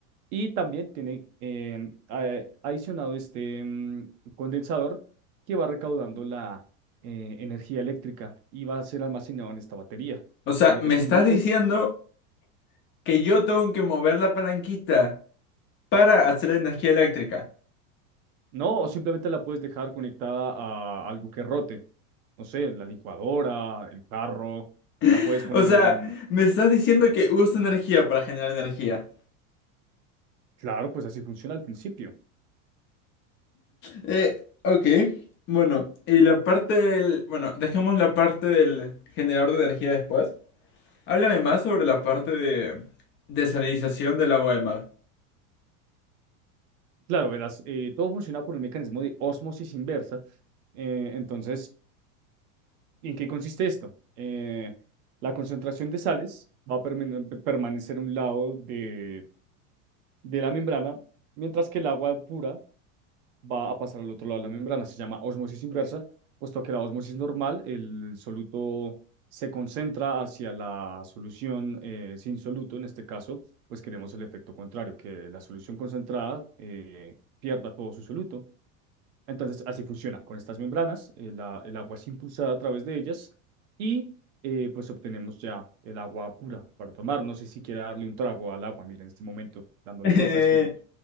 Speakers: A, on the right; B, on the left.
A: Y también tiene em, a- adicionado este em, condensador que va recaudando la eh, energía eléctrica y va a ser almacenado en esta batería.
B: O sea,
A: Eh,
B: me
A: este
B: estás
A: invento
B: diciendo que yo tengo que mover la palanquita para hacer energía eléctrica.
A: No, o simplemente la puedes dejar conectada a algo que rote. No sé, la licuadora, el carro, la
B: <laughs>
A: puedes poner
B: O sea,
A: en... en-
B: me estás diciendo que uso energía para generar energía.
A: Claro, pues así funciona al principio.
B: Eh, ok, bueno. Y la parte del... Bueno, dejemos la parte del generador de energía después. Háblame más sobre la parte de desalinización del agua de mar. <laughs>
A: Claro, verás, eh, todo funciona por un mecanismo de ósmosis inversa. Eh, entonces, ¿en qué consiste esto? Eh, la concentración de sales va a permane- permanecer a un lado de, de la membrana, mientras que el agua pura va a pasar al otro lado de la membrana. Se llama osmosis inversa, puesto que la osmosis normal, el soluto se concentra hacia la solución eh, sin soluto. En este caso, pues queremos el efecto contrario, que la solución concentrada eh, pierda todo su soluto. Entonces, así funciona con estas membranas. eh, la- el agua es impulsada a través de ellas y eh, pues obtenemos ya el agua pura para tomar. No sé si quiere darle un trago al agua. Mira, en este momento, dándole
B: Eh,
A: vuelta, estoy